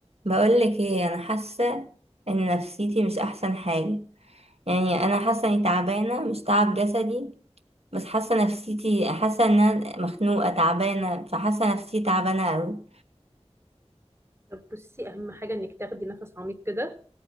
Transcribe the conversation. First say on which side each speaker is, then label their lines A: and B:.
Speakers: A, on the right; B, on the right.
A: بقولك ايه انا حاسه ان نفسيتي مش احسن حاجه يعني انا حاسه اني تعبانه مش تعب جسدي بس حاسه نفسيتي حاسه ان انا مخنوقه تعبانه فحاسه نفسيتي تعبانه قوي
B: طب بصي اهم حاجه انك تاخدي نفس عميق كده